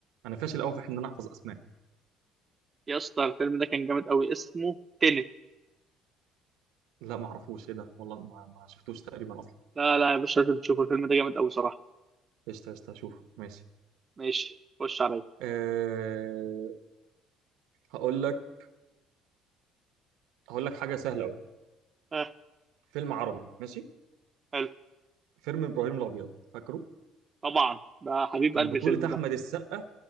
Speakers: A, on the right (about 85°); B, on the right (about 30°).
A: انا فاشل قوي في ان انا احفظ اسماء
B: يا اسطى الفيلم ده كان جامد قوي اسمه تنت
A: لا ما اعرفوش ايه ده والله ما, ما شفتوش تقريبا اصلا
B: لا لا يا باشا لازم تشوف الفيلم ده جامد قوي صراحه
A: قشطه قشطه هشوف ماشي
B: ماشي خش عليا
A: أه... هقول لك هقول لك حاجه سهله قوي
B: اه
A: فيلم عربي ماشي
B: حلو
A: فيلم ابراهيم الابيض فاكره
B: طبعا ده حبيب
A: كان
B: قلبي
A: بطولة
B: الفيلم ده
A: أحمد السقا